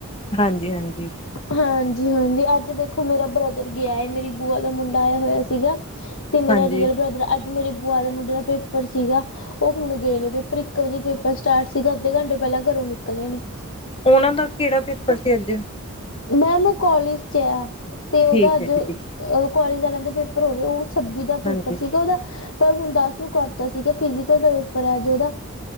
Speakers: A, on the left; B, on the left.
A: ਹਾਂਜੀ ਹਾਂਜੀ
B: ਹਾਂਜੀ ਹਾਂਜੀ ਅੱਜ ਦੇਖੋ ਮੇਰਾ ਬ੍ਰਦਰ ਆਇਆ ਹੈ ਮੇਰੀ ਬੂਆ ਦਾ ਮੁੰਡਾ ਆਇਆ ਹੋਇਆ ਸੀਗਾ ਤੇ ਮੇਰਾ
A: ਹਾਂਜੀ
B: ਰੀਅਲ ਬ੍ਰਦਰ ਅੱਜ ਮੇਰੇ ਬੂਆ ਦੇ ਮੁੰਡੇ ਦਾ ਪੇਪਰ ਸੀਗਾ ਉਹ ਹੁਣ ਗਏ ਨੇ ਪੇਪਰ ਇੱਕ ਵਜੇ ਪੇਪਰ ਸਟਾਰਟ ਸੀਗਾ ਅੱਧੇ ਘੰਟੇ ਪਹਿਲਾਂ ਘਰੋਂ ਨਿਕਲੇ ਨੇ
A: ਉਹਨਾਂ ਦਾ ਕਿਹੜਾ ਪੇਪਰ ਸੀ ਅੱਜ
B: ਮੈਮ ਉਹ ਕਾਲਜ ਚ ਆਇ ਤੇ ਉਹਦਾ
A: ਠੀਕ
B: ਅੱਜ
A: ਹੈ ਦੀਦੀ
B: ਕਾਲਜ ਵਾਲਿਆਂ ਦੇ ਪੇਪਰ ਹੋ ਰਹੇ ਉਹ ਛੱਬੀ ਦਾ ਪੇਪਰ
A: ਹਾਂਜੀ
B: ਸੀਗਾ ਉਹਦਾ ਪਰ ਹੁਣ ਦਸ ਨੂੰ ਕਰਤਾ ਸੀਗਾ ਫਿਜ਼ਕਲ ਦਾ ਪੇਪਰ ਹੈ ਅੱਜ ਉਹਦਾ